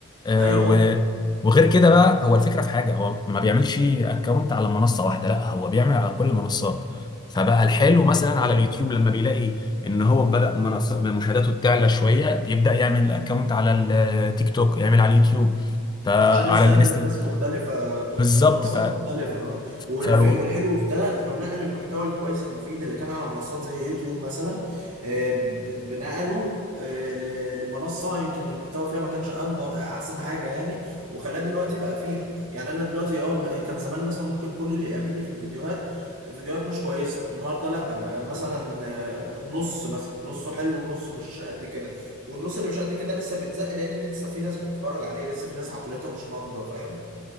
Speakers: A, on the left (about 20°); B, on the right (about 65°).
A: آه،
B: ايوه
A: و
B: آه.
A: وغير كده بقى هو الفكره في حاجه هو ما بيعملش اكونت على منصه واحده لا هو بيعمل على كل المنصات فبقى الحلو
B: هو-
A: مثلا على
B: هو
A: اليوتيوب لما بيلاقي ان هو بدأ منصة مشاهداته تعلى شويه بيبدأ يعمل اكونت على التيك توك يعمل على اليوتيوب فعلى
B: يعني عشان يستهدف
A: الانستجرام
B: ناس مختلفة
A: بالظبط
B: من منصات
A: ف
B: مختلفة اه والف...
A: فلو
B: والحلو في ده انه نقل المحتوى الكويس المفيد اللي كان على منصات زي يوتيوب مثلا آه، ب- ب- نقله آه، ل- لمنصة يمكن المحتوى فيها ما كانش أنض... احسن حاجة يعني وخلاه دلوقتي بقى فيها يعني انا دلوقتي اه م- كان زمان مثلا ممكن كل اللي يقابلني في الفيديوهات فيديوهات مش كويسة النهاردة لا بقى مثلا آه، نص مثلا نصه حلو ونصه مش قد كده والنص اللي مش قد كده لسه بيتزق لان لسه في ناس بتتفرج عليه لسه في ناس عقليتها مش ناضجه فاهم